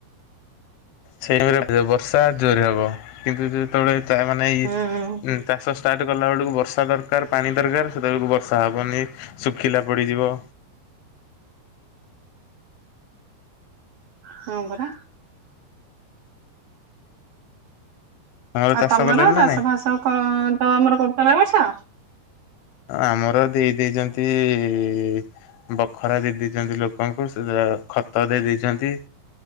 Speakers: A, on the left; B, on the right.
A: ସେଇ <unintelligible> ବର୍ଷା ଜୋରେ ହବ କିନ୍ତୁ ଯେତେବେଳେ ତା ମାନେ ଇଏ
B: ହୁଁ
A: ଚାଷ ଷ୍ଟାର୍ଟ ସେତେ ଗଲା ବେଳକୁ ବର୍ଷା ଦରକାର ପାଣି ଦରକାର ସେତେବେଳକୁ ବର୍ଷା ହବନି ଶୁଖିଲା ପଡିଯିବ।
B: ହଁ ପରା।
A: ଆମର
B: ଆଉ
A: ଚାଷ
B: ତମର
A: କଲେଣି
B: ଚାଷ
A: ନା ନାଇଁ
B: ବାସ କ ତମର କରୁଛ ନାଁ ଏ ବର୍ଷ।
A: ଆମର ଦେଇ ଦେଇେ ଦେଇଛନ୍ତି। ବଖରା ଦେଇ ଦେଇେ ଦେଇଛନ୍ତି ଲୋକଙ୍କୁ ସେ ଯୋଉ ଖତ ଦେଇ ଦେଇଛନ୍ତି।